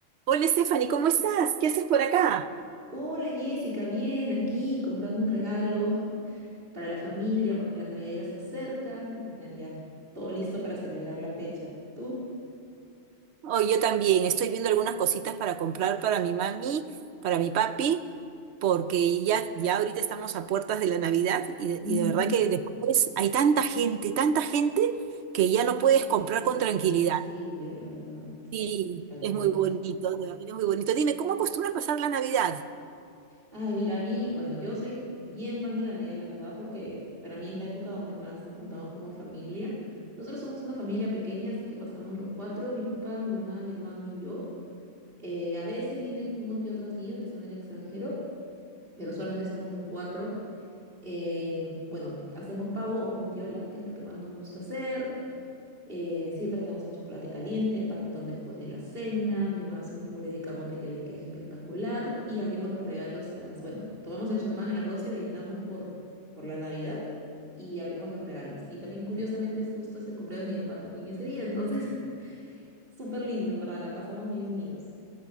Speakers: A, on the right; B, on the right.
A: Hola Stephanie, ¿cómo estás? ¿Qué haces por acá?
B: Hola Jessica, bien, aquí comprando un regalo para la familia porque la Navidad ya se acerca y tener ya todo listo para celebrar la fecha. ¿Tú?
A: Oh, yo también, estoy viendo algunas cositas para comprar para mi mami, para mi papi, porque ya, ya ahorita estamos a puertas de la Navidad y de,
B: Ujú.
A: y de verdad que después hay tanta gente, tanta gente que ya no puedes comprar
B: Imposible,
A: con tranquilidad.
B: la verdad.
A: Sí,
B: Tal
A: es
B: cual.
A: muy bonito, de verdad, es muy bonito. Dime, ¿cómo acostumbras pasar la Navidad?
B: Ay, mira, a mí, bueno, yo soy bien fan de la Navidad, la verdad, porque para mí es la época donde más nos juntamos como familia. Nosotros somos una familia pequeña, así que pasamos los cuatro, mi papá, mi mamá, mi hermano y yo. Eh, a veces viene que uno que otro tío que está en el extranjero, pero usualmente somos los cuatro. Eh, bueno, hacemos pavo o bondiola, que es lo que más nos gusta hacer. Eh, siempre tenemos el chocolate caliente, el panetón después de la cena. Mi mamá hace un puré de camote que le queda espectacular. Y abrimos los regalos a las, bueno, tomamos el champán a las 12 brindamos por, por la Navidad y abrimos los regalos. Y también, curiosamente, es justo es el cumpleaños de mi papá también ese día. Entonces, <laughs> súper lindo, en verdad, la pasamos bien unidos.